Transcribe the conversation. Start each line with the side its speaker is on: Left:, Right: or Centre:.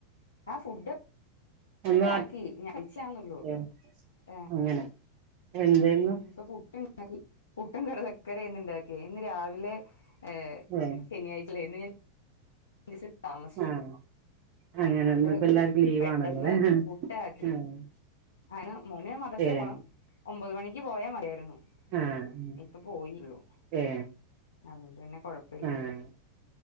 Left: ആ ഫുഡ്
Right: ഒന്നും
Left: ഒക്കെ
Right: ആ
Left: ആക്കി ഞാൻ കഴിച്ചില്ലാന്നുള്ളു
Right: ഏഹ്
Left: ഏ
Right: അങ്ങനെ എന്തായിരുന്നു
Left: ഉം ഇപ്പൊ പുട്ട് പുട്ടും കടലക്കറിയാ. ഇന്ന് ഇണ്ടാക്കിയെ. ഇന്ന് രാവിലെ ഏ
Right: ഏഹ്
Left: ശനിയാഴ്ച അല്ലേ. ഇന്ന് <unintelligible> ട്ടാ. താമസിച്ചു
Right: ആഹ് അങ്ങനെ
Left: അതുകൊണ്ട്
Right: ഇന്നിപ്പോ എല്ലാർക്കും ലീവ്
Left: പെട്ടന്ന്
Right: ആണല്ലോല്ലേ
Left: പുട്ടാക്കി.
Right: ആഹ്
Left: അങ്ങനെ മോന് മദ്രസെ
Right: ഏഹ്
Left: പോണം ഒമ്പത് മണിക്ക് പോയാ മതിയായിരുന്നു.
Right: ആഹ്
Left: ഇപ്പ പോയി ഉള്ളു.
Right: ഏഹ്
Left: അതുകൊണ്ട് തന്നെ കൊഴപ്പില്ല.
Right: ആഹ്